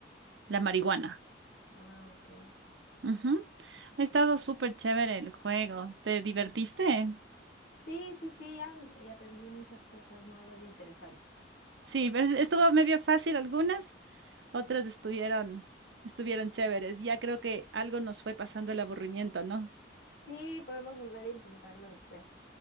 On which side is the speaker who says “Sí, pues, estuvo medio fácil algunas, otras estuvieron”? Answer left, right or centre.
Right